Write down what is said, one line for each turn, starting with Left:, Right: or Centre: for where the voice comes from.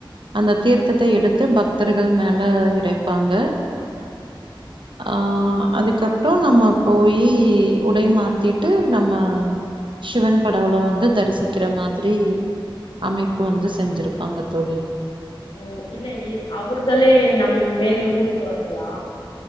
Right: அந்த தீர்த்தத்த எடு து பக்தர்கள் மேல எறைப்பாங்க ஆ அதுக்கப்புறோ நம்ம போயி உடை மாத்திட்டு நம்ம ஷ்சிவன் கடவுள வந்து தரிசிக்கிற மாதிரி அமைப்பு வந்து செஞ்சிருப்பாங்க தோழி
Left: ஓ இல்ல இ அவ்ர்களே நம் மேல் ஊற்றுவார்களா